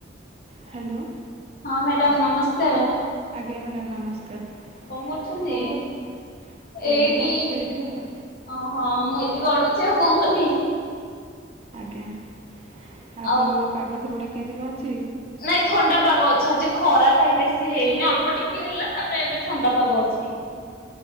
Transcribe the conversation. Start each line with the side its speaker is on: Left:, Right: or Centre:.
Left: <inaudible>
Right: ହ୍ୟାଲୋ
Left: ହଁ ମ୍ୟାଡ଼ାମ ନମସ୍କାର।
Right: ଆଜ୍ଞା ମ୍ୟାଡ଼ାମ ନମସ୍କାର।
Left: କଣ କରୁଛନ୍ତି?
Right: କ'ଣ କରୁ ଏ
Left: <inaudible>
Right: ବସିଛି ଏଇଠି ଆଉ
Left: ହଁ ହଁ ମୁଁ ଏଇଠି ଗଡୁଛି ଆଉ କଣ କରିବି।
Right: ଆଜ୍ଞା ଆଉ ଆପଣଙ୍କର
Left: ଆଉ
Right: ପାଗ ସେପଟେ କେମିତି କଣ ଅଛି?
Left: ନାଇଁ ଥଣ୍ଡା ପାଗ ଅଛି ଆଜି ଖରା କାଇଁ ବେଶୀ ହେଇନି ଅଳ୍ପ ଟିକେ ହେଲା ତାପରେ ଏବେ ଥଣ୍ଡା ପାଗ ଅଛି।